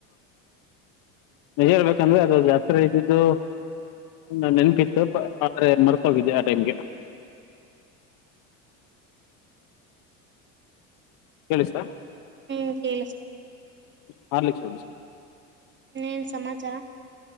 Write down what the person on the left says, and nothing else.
ನಿಜಾ ಹೇಳ್ಬೇಕಂದ್ರೆ ಅದು ಜಾತ್ರೆ ಇದ್ದಿದ್ದು. ನಂಗ್ ನೆನಪ್ ಇತ್ತು ಆದ್ರೆ ಮರ್ತ ಹೋಗಿದ್ದೆ ಆ ಟೈಮ್ಗೆ. <inaudible> ಕೇಳಿಸ್ತಾ.
ಹಾರ್ಲಿಸ್. <inaudible>